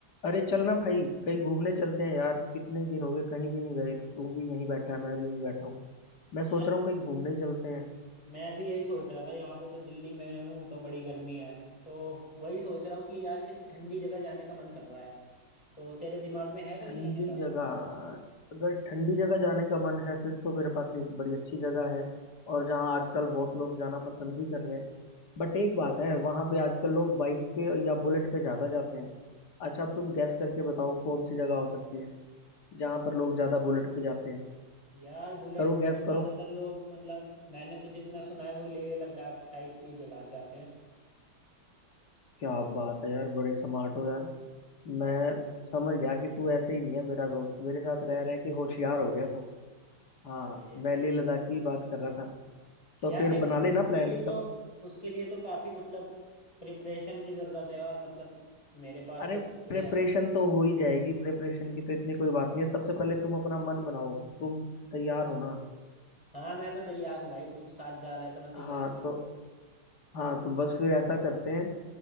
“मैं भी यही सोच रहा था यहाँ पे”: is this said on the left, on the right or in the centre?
Left